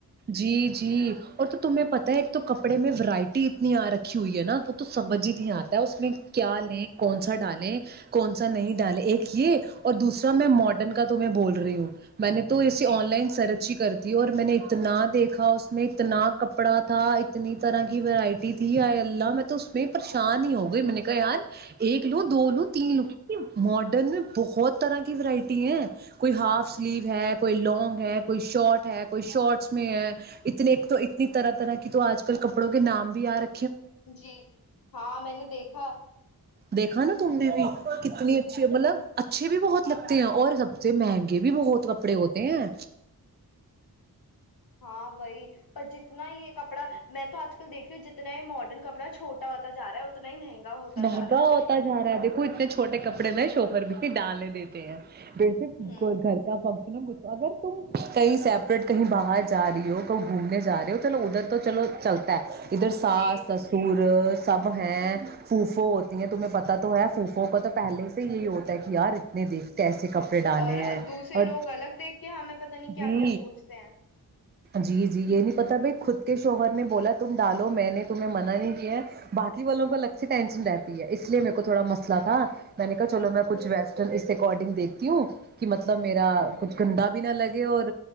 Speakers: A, on the right; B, on the left.
A: جی جی اور تو تمہیں پتا ہے ایک تو کپڑے میں ورائٹی اتنی آ رکھی ہوئی ہے نا تو سمجھ ہی آتا ہے اس میں کیا لیں کون سا ڈالیں کون سا <unintelligible> ا نہیں ڈ ایک یہ اور دوسرا میں ماڈرن کا تمہ بول رہی ہوں میں نے تو ایے
B: جی
A: آن لائن سرچ ہی کر تھی اور میں نے اتنا دیکھا اس نے اتنا کپڑا تھا اتنی طرح کی ورائٹی تھی آئی اللہ میں تو اس میں پریشان ہی ہو گئی میں نے کہا یار ایک لوں دو لوں تین لوں ماڈرن میں بہت طرح کی ورائٹی ہے کوئی ہاف سلیو ہے کوئی لانگ ہے کوئی شارٹ ہے کوئی شارٹ ہے اتنے تو اتنی طرح طرح کی تو آج کل کپڑوں کے نام بھی آ رے
B: جی ہاں میں نے دیکھا
A: دیکھا نا تم نے بھی کتنی اچھی مطلب اچھے بھی بہت لگتے ہیں اور سب سے مہنگے بھی بہت کپڑے ہوتے ہیں
B: ہاں وہی پر جتنا ہی یہ کپڑا میں تو آج کل دیکھ رہی ہوں جتنا ماڈرن کپڑا چھوٹا ہوتا جا رہا ہے اتنا ہی مہنگا ہوتا
A: مہنگا
B: جا رہا
A: ہوتا جا رہا ہے دیکھو اتنے چھوٹے کپڑے میں شوہر بھی کے ڈالے دیتے ہیں بشک
B: ہے ہوں
A: گھر کا اگر تم کہیں سیپریٹ کہیں باہر جا رہی ہو کہ گھومنے جا رہے ہو چلو ادھر تو چلو چلتا ہے ادھر ساس
B: جی
A: س سور سب ہیں پوفو ہوتی ہیں تمہیں پتا تو ہے پوفو کا تو پہلے یہی ہوتا ہے کہ یار اتنے دیکھتے ایسے کپڑے ڈالے
B: اور
A: ہیں
B: دوسرے
A: اور
B: لوگ الگ دیکھ کے ہمیں پتہ نہیں
A: جی
B: کیا کیا سوچتے ہیں
A: جی جی یہ نہیں پتا بھائی خود کے شوہر نے بولا تم ڈالو میں نے تمہیں منع نہیں کیا ہے باقی والوں کا لگتا سی ٹینسن رہتی ہے اس لیے میرے کو تھوڑا مسئلہ تھا میں نے کہا چلو میں کچھ ویسٹرن اس اکارڈنگ دیکھتی ہوں کہ مطلب میرا کچھ گندا بھی نہ لگے اور